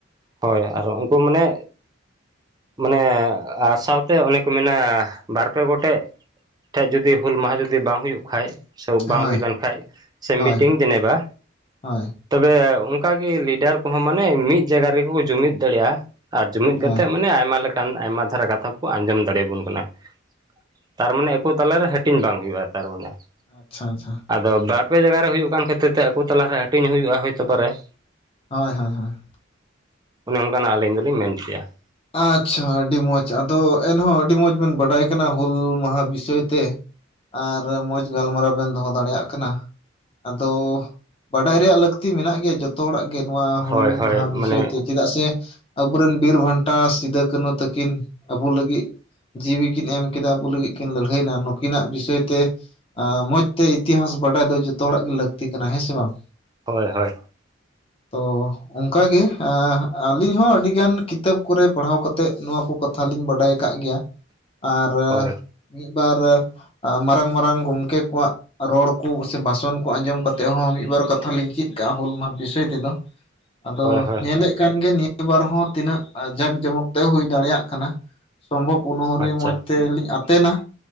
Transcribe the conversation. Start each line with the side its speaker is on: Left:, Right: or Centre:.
Right: ᱦᱳᱭ ᱟᱨ ᱩᱱᱠᱩ ᱢᱟᱱᱮ ᱢᱟᱱᱮ ᱟᱨ ᱥᱟᱶᱛᱮ ᱚᱱᱮ ᱠᱚ ᱢᱮᱱᱟ ᱵᱟᱨᱯᱮ ᱜᱚᱴᱮᱡ᱾ ᱴᱷᱮᱱ ᱡᱩᱫᱤ ᱦᱩᱞ ᱢᱟᱦᱟ ᱡᱩᱫᱤ ᱵᱟᱝ ᱦᱩᱭᱩᱜ ᱠᱷᱟᱡ ᱥᱚ ᱵᱟᱝ
Left: ᱦᱳᱭ
Right: ᱦᱩᱭ ᱞᱮᱱ ᱠᱷᱟᱱᱡ ᱥᱮᱢᱤᱴᱤᱝ
Left: ᱦᱳᱭ
Right: ᱡᱮᱱᱮᱵᱟ᱾
Left: ᱦᱳᱭ
Right: ᱛᱚᱵᱮ ᱚᱱᱠᱟᱜᱮ ᱞᱤᱰᱟᱨ ᱠᱚᱦᱚᱸ ᱢᱟᱱᱮ ᱢᱤᱫ ᱡᱟᱭᱜᱟ ᱨᱮᱜᱮ ᱠᱚ ᱡᱩᱢᱤᱫ ᱫᱟᱲᱮᱭᱟᱜᱼᱟ ᱾ ᱟᱨ ᱡᱩᱢᱤᱫ
Left: ᱦᱳᱭ
Right: ᱠᱟᱛᱮ ᱢᱟᱱᱮ ᱟᱭᱢᱟ ᱞᱮᱠᱟᱱ ᱟᱭᱢᱟ ᱫᱷᱟᱨᱟ ᱠᱟᱛᱷᱟ ᱵᱚᱱ ᱟᱸᱡᱚᱢ ᱫᱟᱲᱮᱭᱟᱵᱚᱱ ᱠᱟᱱᱟ ᱾ ᱛᱟᱨᱢᱟᱱᱮ ᱟᱠᱚ ᱛᱟᱞᱟᱨᱮ ᱦᱟᱹᱴᱤᱧ ᱵᱟᱝ ᱦᱩᱭᱩᱜᱼᱟ ᱛᱟᱨᱢᱟᱱᱮ ᱾
Left: ᱟᱪᱪᱷᱟ ᱟᱪᱪᱷᱟ ᱾
Right: ᱟᱫᱚ ᱵᱟᱨ ᱯᱮ ᱡᱟᱭᱜᱟ ᱨᱮ ᱦᱩᱭᱩᱜ ᱠᱟᱱ ᱠᱷᱟᱹᱛᱤᱨ ᱛᱮ ᱟᱠᱚ ᱛᱟᱞᱟᱨᱮ ᱦᱟᱹᱴᱤᱧ ᱦᱩᱭᱩᱜᱼᱟ ᱦᱳᱭᱛᱚ ᱯᱟᱨᱮ ᱾
Left: ᱦᱳᱭ ᱦᱳᱭ ᱦᱳᱭ ᱾
Right: ᱚᱱᱮ ᱚᱱᱠᱟᱱᱟᱜ ᱟᱹᱞᱤᱧ ᱫᱚᱞᱤᱧ ᱢᱮᱱ ᱠᱮᱭᱟ ᱾
Left: ᱟᱪᱪᱷᱟ ᱟᱹᱰᱤ ᱢᱚᱸᱡᱽ ᱟᱫᱚ ᱮᱱᱦᱚᱸ ᱟᱹᱰᱤ ᱢᱚᱸᱡᱽ ᱵᱮᱱ ᱵᱟᱰᱟᱭ ᱠᱟᱱᱟ ᱦᱩᱞ ᱢᱟᱦᱟ ᱵᱤᱥᱚᱭ ᱛᱮ᱾ ᱟᱨ ᱢᱚᱡᱽ ᱜᱟᱞᱢᱟᱨᱟᱣ ᱵᱮᱱ ᱫᱚᱦᱚ ᱫᱟᱲᱮᱭᱟᱜ ᱠᱟᱱᱟ᱾ ᱟᱫᱚ ᱵᱟᱰᱟᱭ ᱨᱮᱭᱟᱜ ᱞᱟᱹᱠᱛᱤ ᱢᱮᱱᱟᱜ ᱜᱮᱭᱟ ᱡᱚᱛᱚ ᱡᱚᱛᱚ ᱦᱚᱲᱟᱜ ᱜᱮ ᱱᱚᱣᱟ ᱦᱩᱞ
Right: ᱦᱳᱭ ᱦᱳᱭ
Left: ᱢᱟᱦᱟ ᱵᱤᱥᱚᱭ
Right: ᱢᱟᱱᱮ
Left: ᱛᱮ ᱪᱮᱫᱟᱜ ᱥᱮ ᱟᱵᱚᱨᱮᱱ ᱵᱤᱨ ᱵᱷᱟᱱ ᱴᱟ ᱥᱤᱫᱟᱹ ᱠᱟᱹᱱᱦᱩ ᱛᱟᱹᱠᱤᱱ ᱟᱵᱚ ᱞᱟᱹᱜᱤᱫ᱾ ᱡᱤᱣᱤ ᱠᱤᱱ ᱮᱢ ᱠᱮᱫᱟ ᱟᱵᱚ ᱞᱟᱹᱜᱤᱫ ᱠᱤᱱ ᱞᱟᱹᱲᱦᱟᱹᱭᱱᱟ ᱱᱩᱠᱤᱱᱟᱜ ᱵᱤᱥᱚᱭ ᱛᱮ ᱢᱚᱸᱡᱽ ᱛᱮ ᱤᱛᱤᱦᱟᱥ ᱵᱟᱰᱟᱭ ᱫᱚ ᱡᱚᱛᱚ ᱦᱚᱲᱟᱜ ᱜᱮ ᱞᱟᱹᱠᱛᱤ ᱠᱟᱱᱟ ᱦᱮᱸ ᱥᱮ ᱵᱟᱝ?
Right: ᱦᱳᱭ ᱦᱳᱭ ᱾
Left: ᱛᱚ ᱚᱱᱠᱟ ᱜᱮ ᱟᱹᱞᱤᱧ ᱦᱚᱸ ᱟᱹᱰᱤ ᱜᱟᱱ ᱠᱤᱛᱟᱹᱵ ᱠᱚᱨᱮ ᱯᱟᱲᱦᱟᱣ ᱠᱟᱛᱮᱫ ᱱᱚᱣᱟ ᱠᱚ ᱠᱟᱛᱷᱟ ᱞᱤᱧ ᱵᱟᱰᱟᱭ ᱟᱠᱟᱫ ᱜᱮᱭᱟ, ᱟᱨ
Right: ᱦᱳᱭ
Left: ᱢᱤᱫᱵᱟᱨ ᱢᱟᱨᱟᱝ ᱢᱟᱨᱟᱝ ᱜᱚᱢᱠᱮ ᱠᱚᱣᱟᱜ ᱨᱚᱲ ᱠᱚ ᱥᱮ ᱵᱟᱷᱟᱥᱚᱱ ᱠᱚ ᱟᱸᱡᱚᱢ ᱠᱟᱛᱮᱫ ᱦᱚᱸ ᱢᱤᱫᱵᱟᱨ ᱠᱟᱛᱷᱟ ᱞᱤᱧ ᱪᱮᱫ ᱠᱟᱜᱼᱟ ᱦᱩᱞ ᱢᱟ ᱵᱤᱥᱚᱭ ᱛᱮᱫᱚ ᱾ <inaudible> ᱟᱫᱚ
Right: ᱦᱳᱭ ᱦᱳᱭ
Left: ᱧᱮᱞᱮᱫ ᱠᱟᱱᱜᱮ ᱱᱤᱭᱟᱹ ᱵᱟᱨ ᱦᱚᱸ ᱛᱤᱱᱟᱹᱜ ᱡᱟᱠ ᱡᱚᱢᱚᱠ ᱛᱮ ᱦᱩᱭ ᱫᱟᱲᱮᱭᱟᱜ ᱠᱟᱱᱟ ᱾ ᱥᱚᱢᱵᱷᱚᱵ ᱚᱱᱦᱟᱹᱨᱤ
Right: ᱟᱪᱪᱷᱟ
Left: ᱢᱚᱸᱡᱽ ᱛᱮᱞᱤᱧ ᱟᱛᱮᱱᱟ